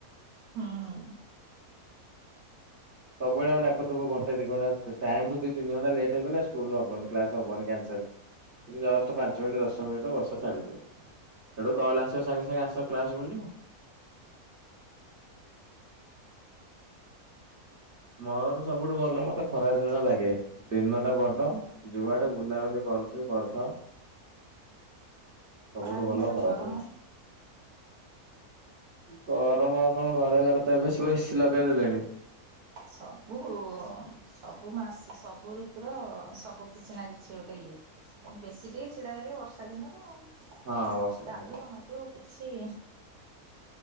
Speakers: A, on the right; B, on the right.
A: ହଁ
B: ସବୁବେଳେଆମେ ଡାକୁଥବୁ ଘଟ ଦି ଘଣ୍ଟା ଟାଇମ ର ଦି ତିନିଣ୍ଟ ଲଟଇଗଲା ସ୍କୁଲ ହବନି କ୍ଲାସ୍ ହବନି କାନସେଲ। ଜଷ୍ଟ ପାଞ୍ଚ ମିନିଟ ଦଶ ମିନିଟ ବର୍ଷାଛାଲିଯିବ। ସେଠୁ କଲ ଆସ ସାଙ୍ଗେ ସାଙ୍ଗେ ଆସ କ୍ଲାସ ବୋଲି ଆଉ। ମୋର ସବୁଠୁ ଭଲ ମତେ ଖରା ଦିନ ଟା ଲାଗେ ଦିନ ଟା ବଡ ଯୁଆଡେ ବୁଲାବୁଲି କରୁଛ କରିଥାଉ। ସବୁଠୁ
A: ଖରା ଦିନରେ
B: ଭଲ ଖରାଥିଲା।
A: ଗରମ
B: ଗର ମା କଣ ଘରେ ଘରେ ତ ଏବେ ସବୁ ଏସିି ଲଗେଇ ଦେଲେଣି।
A: ସବୁ ସବୁ ମାସ ସବୁ ଋତୁର ସବୁ କିଛି ନା କିଛି ଗୋଟେ ଇଏ ଏ ବେଶୀ ଟିକେ ଛିଡା ଲାଗେ ବର୍ଷା ଦିନ ତ ଆଉ।
B: ହଁ ବର୍ଷା
A: ଯାଦୁ
B: ଦିନ ଟା
A: ମାଦୁ କିଛି